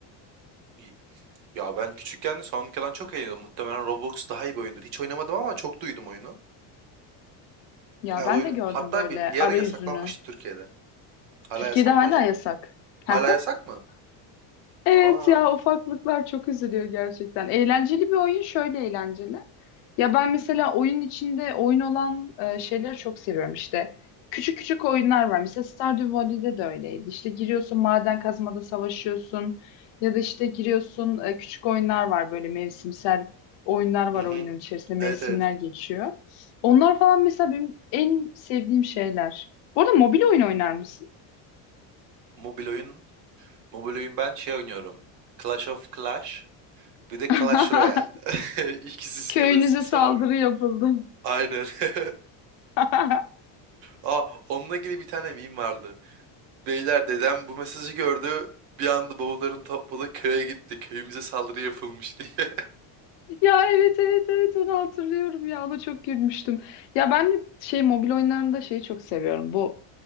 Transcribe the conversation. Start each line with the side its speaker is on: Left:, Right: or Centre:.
Right: İyi. Ya ben küçükken de Sonic'den çok eğleniyordum. Muhtemelen Roblox daha iyi bir oyundur. Hiç oynamadım ama çok duydum oyunu.
Left: Ya
Right: Bayağı
Left: ben
Right: da oyunu.
Left: de gördüm
Right: Hatta
Left: böyle
Right: bir, bir
Left: arayüzünü.
Right: ara yasaklanmıştı Türkiye'de. Hala
Left: Türkiye'de
Right: yasak
Left: hala
Right: mı acaba?
Left: yasak.
Right: Hala
Left: <laughs>
Right: yasak mı?
Left: Evet
Right: Aa.
Left: ya ufaklıklar çok üzülüyor gerçekten. Eğlenceli bir oyun şöyle eğlenceli. Ya ben mesela oyun içinde oyun olan e, şeyleri çok seviyorum işte. Küçük küçük oyunlar var. Mesela Stardew Valley'de de öyleydi. İşte giriyorsun maden kazmada savaşıyorsun ya da işte giriyorsun e, küçük oyunlar var böyle mevsimsel oyunlar var
Right: Hı hı.
Left: oyunun içerisinde mevsimler
Right: Evet evet.
Left: geçiyor. Onlar falan mesela benim en sevdiğim şeyler. Bu arada mobil oyun oynar mısın?
Right: Mobil oyun. Mobil oyun ben şey oynuyorum. Clash of Clash. Bir de
Left: <laughs>
Right: Clash Royale. <laughs> İkisi
Left: Köyünüze
Right: klasik
Left: saldırı
Right: abi.
Left: yapıldı.
Right: Aynen. <laughs>
Left: <laughs>
Right: Aa, onunla ilgili bir tane meme vardı. Beyler dedem bu mesajı gördü. Bir anda bavullarını topladı köye gitti. Köyümüze saldırı yapılmış diye.
Left: Ya evet evet evet onu hatırlıyorum ya ona çok gülmüştüm. Ya ben de şey mobil oyunlarında şeyi çok seviyorum bu.